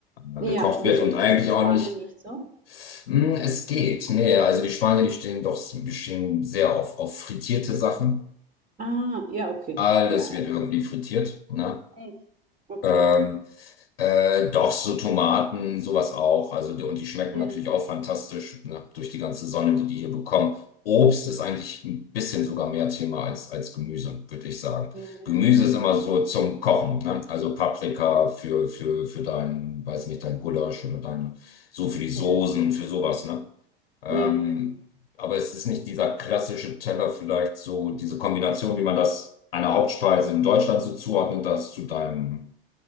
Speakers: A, on the left; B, on the right.
A: äh,
B: Ja,
A: gekocht
B: wieso
A: wird und
B: ist
A: eigentlich
B: das in Spanien
A: auch nicht,
B: nicht so?
A: mh, es geht. Nee, also die Spanier, die stehen doch, die stehen sehr auf, auf frittierte Sachen.
B: Ah, ja, okay.
A: Alles
B: Ja,
A: wird
B: e-
A: irgendwie frittiert, ne?
B: echt. Okay.
A: Ähm, Äh, doch, so Tomaten, sowas auch. Also, und die schmecken
B: Ja,
A: natürlich auch fantastisch, ne, durch die ganze Sonne, die die hier bekommen. Obst ist eigentlich ein bisschen sogar mehr Thema als, als Gemüse, würde ich sagen.
B: ja, ja,
A: Gemüse ist immer so zum Kochen, ne? Also Paprika
B: ja.
A: für, für, für dein, weiß nicht, dein Gulasch oder deine, so für die Soßen,
B: ja.
A: für sowas, ne? Ähm,
B: Ja, ja, ja,
A: aber es ist nicht dieser klassische Teller, vielleicht so diese Kombination, wie man das einer Hauptspeise in Deutschland so zuordnet, das zu deinem